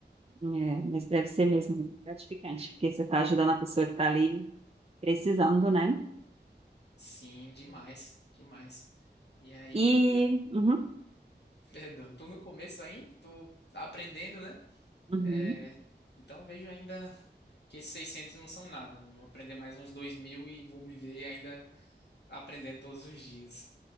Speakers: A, on the right; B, on the left.
A: É, mas deve ser mesmo gratificante, porque você está ajudando a pessoa que está ali precisando, né?
B: Sim, demais, demais. E aí,
A: E
B: pô,
A: uhum,
B: <laughs> perdão, tô no começo ainda, tô aprendendo, né?
A: uhum,
B: Eh, então vejo ainda que esses 600 não são nada. Vou aprender mais uns dois mil e vou me ver ainda aprendendo todos os dias.